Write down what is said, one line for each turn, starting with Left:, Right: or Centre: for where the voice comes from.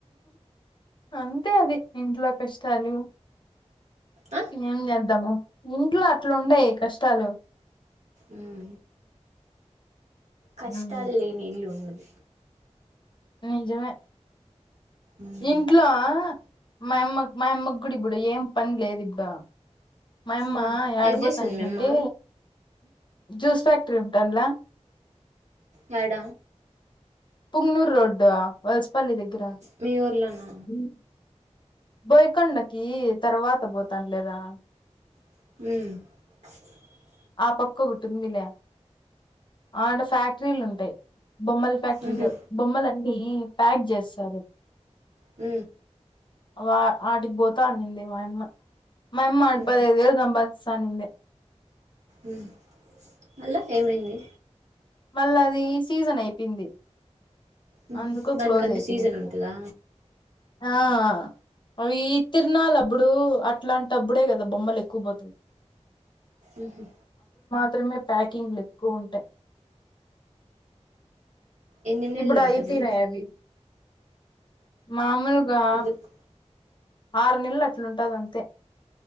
Left: అంతే అది ఇంట్లో కష్టాలు
Right: ఆ
Left: ఏం చేద్దాము ఇంట్లో అట్ల ఉండయి కష్టాలు
Right: ఉమ్ కష్టాలు
Left: ఉమ్
Right: లేని ఇల్లు ఉండదు
Left: నిజమే
Right: ఉమ్
Left: ఇంట్లో మా యమ్మ మా యమ్మ గూడ ఇప్పుడు ఏం పన్లేదు ఇప్పుడు మాయమ్మ
Right: ఉమ్
Left: ఏడపోతాను
Right: ఏం చేస్తుంది మీ అమ్మ
Left: అంటే జ్యూస్ ఫ్యాక్టరీ ఉంటాన్ల
Right: యాడ
Left: పుంగ్నూర్ రోడ్ వల్సపల్లి దగ్గర
Right: మీ ఊర్లోనా
Left: ఉమ్ బోయకొండకి తర్వాత పోతానులేదా
Right: మ్
Left: ఆ ప క్కో కటుందిలే ఆడ ఫ్యాక్టరీలు ఉంటయి బొమ్మల ఫ్యాక్టరీలో
Right: ఉహు
Left: బొమ్మలన్ని ప్యాక్ చేస్తారు
Right: అ
Left: వా ఆటికి పోతా ఉన్నింది మాయమ్మ మాయమ్మ ఆడ
Right: ఉహు
Left: పదైదువేలు సంపాదిస్ తనిందే
Right: మ్ మళ్ళా ఏమైంది
Left: మళ్ళ అది సీజన్ అయిపోయింది
Right: ఊహు
Left: అందుకో
Right: దానికంటే
Left: క్లోజ్ అయిపోయింది
Right: సీజన్ ఉంటదా
Left: ఆ ఆ అవి తిర్ నాలా అప్పుడు అట్లాంటిప్పుడే కదా బొమ్మలు ఎక్కువ పోతయి
Right: ఉ హు
Left: మాత్రమే ప్యాకింగ్లు ఎక్కువ ఉంటాయి
Right: ఎన్ని నెలలు
Left: ఇప్పుడు
Right: ఉంటది
Left: అయిపోయినాయి అవి మామూలు గా
Right: ఎందుకు
Left: ఆరు నెలలు అట్లుంటది అంతే